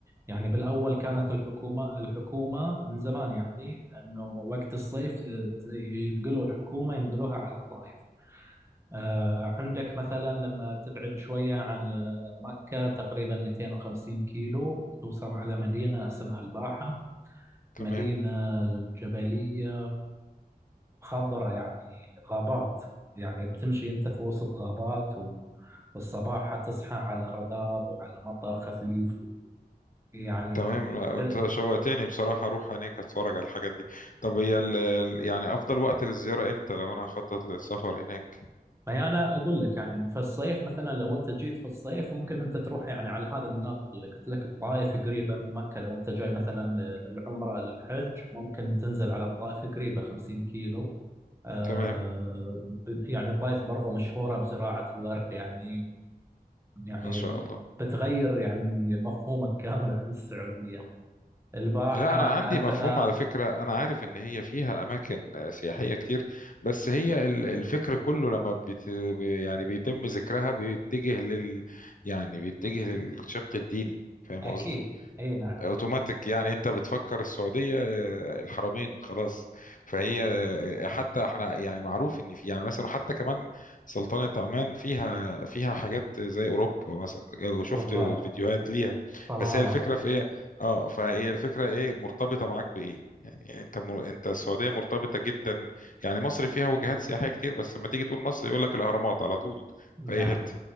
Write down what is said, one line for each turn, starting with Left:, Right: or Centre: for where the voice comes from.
Right: يعني بالأول كانت الحكومة الحكومة من زمان يعني أنه وقت الصيف ت- ت- ينقلوا الحكومة ينقلوها على الطائف آه، عندك مثلا لما تبعد شوية عن آه، مكة تقريبا 250 كيلو توصل على مدينة اسمها الباحة
Left: تمام
Right: مدينة جبلية وخضرة يعني غابات يعني بتمشي أنت في وسط غابات و- والصباح حتصحى على رذاذ وعلى مطر خفيف يعني
Left: تمام لا
Right: ب-
Left: انت شوقتني بصراحة اروح هناك اتفرج على الحاجات دي طب هي ال... ال- يعني افضل وقت للزيارة امتى لو انا هخطط للسفر هناك
Right: ما هي انا اقول لك يعني في الصيف مثلا لو انت جيت في الصيف ممكن انت تروح يعني على هذه المناطق اللي قلت لك الطائف قريبه من مكه لو انت جاي مثلا للعمره للحج ممكن تنزل على الطائف قريبه 50 كيلو آه
Left: تمام
Right: ب- يعني الطائف برضه مشهوره بزراعه الورد يعني يعني
Left: ما شاء الله
Right: بتغير يعني مفهومك كامل عن السعوديه الباحه
Left: لا أنا عندي
Right: ابها
Left: مفهوم على فكرة أنا عارف إن هي فيها أماكن سياحية كتير بس هي ال- الفكر كله لما بت يعني بيتم ذكرها بيتجه لل يعني بيتجه للشق الديني فاهم
Right: اكيد
Left: قصدي؟
Right: اي نعم
Left: اوتوماتيك
Right: اي نعم
Left: يعني انت بتفكر السعوديه آه، الحرمين خلاص فهي آه، حتى احنا يعني معروف ان في يعني مثلا حتى كمان سلطنه عمان فيها فيها حاجات زي اوروبا مثلا لو شفت
Right: بالضبط
Left: الفيديوهات ليها
Right: صلاله
Left: بس هي الفكره في ايه اه فهي الفكره ايه مرتبطه معاك بايه يعني انت مر... انت السعوديه مرتبطه جدا يعني مصر فيها وجهات سياحيه كتير بس لما تيجي تقول مصر يقول لك الاهرامات على طول
Right: نعم
Left: في اي حته